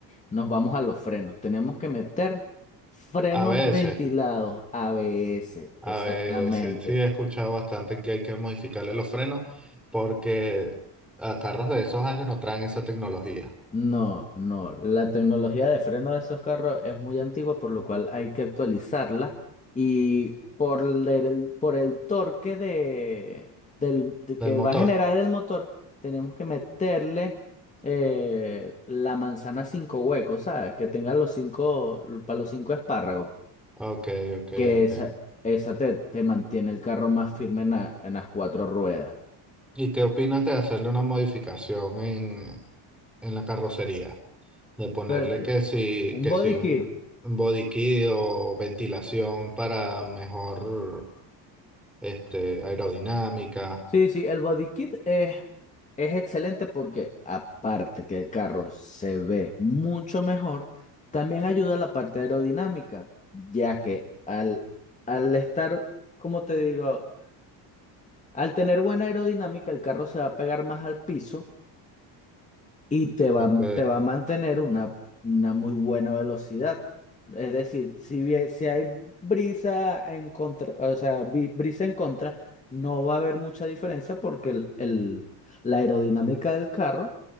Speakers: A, on the left (about 15°); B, in the centre.
A: nos vamos a los frenos. Tenemos que meter frenos
B: a veces,
A: ventilados, ABS,
B: a
A: exactamente.
B: veces, sí he escuchado bastante que hay que modificarle los frenos porque a carros de esos años no traen esa tecnología
A: No, no. La tecnología de freno de esos carros es muy antigua, por lo cual hay que actualizarla. Y por el, por el torque de, del, de que
B: del motor.
A: va a generar el motor, tenemos que meterle eh, la manzana cinco huecos, ¿sabes? Que tenga los cinco, para los cinco espárragos.
B: Ok, ok,
A: Que
B: ok.
A: esa, esa te, te mantiene el carro más firme en, la- en las cuatro ruedas.
B: ¿Y qué opinas de hacerle una modificación en, en la carrocería? De ponerle
A: Porque
B: que si,
A: un
B: que
A: body
B: si un
A: kit.
B: un body kit o ventilación para mejor este, aerodinámica.
A: Sí, sí, el body kit es, es excelente porque aparte que el carro se ve mucho mejor, también ayuda a la parte aerodinámica, ya que al, al estar, como te digo, al tener buena aerodinámica, el carro se va a pegar más al piso y te va,
B: Ok.
A: te va a mantener una, una muy buena velocidad. Es decir, si, bien- si hay brisa en contra, o sea, bri- brisa en contra, no va a haber mucha diferencia porque el, el- la aerodinámica del carro